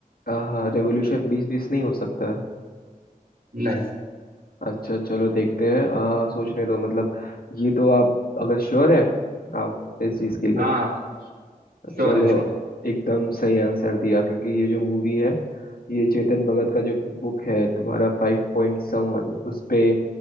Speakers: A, on the left; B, on the right.
A: हाँ रेवोल्यूशन बीस बीस नहीं हो सकता है
B: नहीं
A: अच्छा चलो देखते हैं आ, सोचने दो मतलब ये तो आप अगर श्योर है आप इस चीज़ के लिए
B: हाँ श्योर
A: चलो
B: है श्योर
A: एकदम सही आंसर दिया क्योंकि ये जो मूवी है ये चेतन भगत का जो बुक है तुम्हारा फाइव पॉइंट समवन उस पे